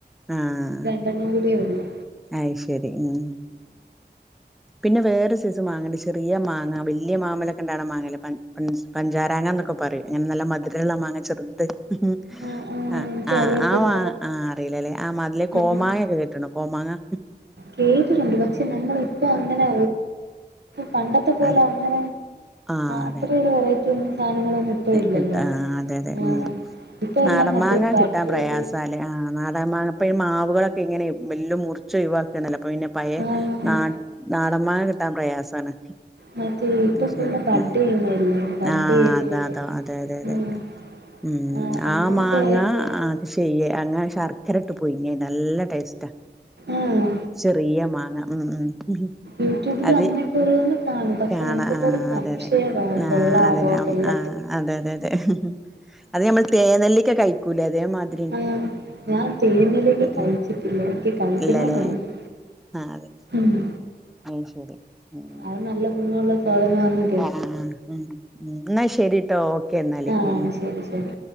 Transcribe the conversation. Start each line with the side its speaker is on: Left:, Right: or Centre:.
Centre: ആഹ്
Right: ഒരണ്ണം കൂടിയേ ഒള്ളൂ
Centre: അയ് ശരി ഉം പിന്നെ വേറെ സൈസ് മാങ്ങണ്ട്. ചെറിയ മാങ്ങ വലിയ മാമലൊക്കെ ഉണ്ടായ മാങ്ങയില്ലേ പണ്ട്. പഞ്ചാരാങ്ങന്നൊക്കെ പറയും അയ്നു നല്ല മധുരമുളള മാങ്ങ ചെറുത് ഉം
Right: ആഹ് ആഹ്
Centre: ആ
Right: എനിക്കറിയത്തില്ല
Centre: ആ് ആ ആ് മാങ്ങ അറിയില്ലല്ലേ ആ മതിലെ കോമായൊക്കെ.
Right: ആഹ് ആഹ്
Centre: ട്ട്ണ് കോമാങ്ങാ
Right: കേട്ടിട്ടുണ്ട് പക്ഷെ ഞങ്ങൾ ഇപ്പോ അങ്ങനെ. പണ്ടത്തെ പോലെ
Centre: അതെ
Right: അങ്ങനെ
Centre: ആഹ് അതെ
Right: അത്ര
Centre: അതെ
Right: ഒരു വെറൈറ്റി. ഇന്ന് സാധനങ്ങളൊന്നും ഇപ്പ ഇല്ലല്ലോ.
Centre: കിട്ടാ അതെ അതെ
Right: ആഹ്
Centre: ഉം
Right: ഇപ്പൊ
Centre: നാടൻ
Right: എല്ലാം മറ്റേ
Centre: മാങ്ങ
Right: ബഡ്
Centre: കിട്ടാൻ
Right: ചെയ്ത്
Centre: പ്രയാസവാ ആല്ലേ ആഹ് നാടൻമാങ്ങ. ഇപ്പം ഈ മാവുകളൊക്കെ ഇങ്ങനെ വല്ലും മുറിച്ച ഒഴിവാക്കിയന്നല്ല അപ്പം പിന്നെ പഴയ
Right: ആഹ്
Centre: ആ നാടൻ മാങ്ങാ കിട്ടാൻ പ്രയാസവാണ്.
Right: മറ്റേ ഇപ്പൊ ഫുള്ള്
Centre: ശരി
Right: ബഡ്
Centre: ഉം
Right: ചെയ്യുന്നല്ലേ ബഡ്
Centre: ആഹ്
Right: ചെയ്ത്
Centre: അത് അതെ അതെ അതെ
Right: ആഹ്
Centre: ഉം
Right: ആഹ് അങ്ങനത്തെ
Centre: ആ മാങ്ങ
Right: ആയോണ്ട്
Centre: അ ശ്യേ അങ്ങനെ ശർക്കര ഇട്ട് പൊയിങ്ങി നല്ല ടേസ്റ്റ്
Right: ആഹ്
Centre: ചെറിയ മാങ്ങ ഉം ഉം
Right: യൂട്യൂബിൽ
Centre: അത്
Right: അങ്ങനെയൊക്കെ ഓരോന്ന് കാണും പക്ഷെ
Centre: കാണാ
Right: നമുക്കിപ്പോ
Centre: ആ
Right: ഒരു സംശയവാ
Centre: അതെ അതെ ആ
Right: കൊള്ളാവോ
Centre: അതന്നെ
Right: കൊള്ള.
Centre: ആ അതെ അതെ അതെ ഹ് ഹ് അത് നമ്മൾ തേനെല്ലിക്ക കഴിക്കൂല്ലേ അതേ മാതിരി
Right: ആഹ് ഞാൻ തേനെല്ലിക്ക കഴിച്ചിട്ടില്ല.
Centre: ഉം
Right: എനിക്ക് കഴിക്കണന്നുണ്ട്.
Centre: ഇല്ലല്ലേ അതെ
Right: ഉം
Centre: അത് ശരി ഉം
Right: അത് നല്ല ഗുണമുള്ള സാധനമാണ്
Centre: ആഹ് ആഹ്‌ ഉം ഉം എന്നാ ശരിട്ടോ ഓക്കെ എന്നാല്
Right: ആഹ്
Centre: ഉം ഉം
Right: ശരി ശരി.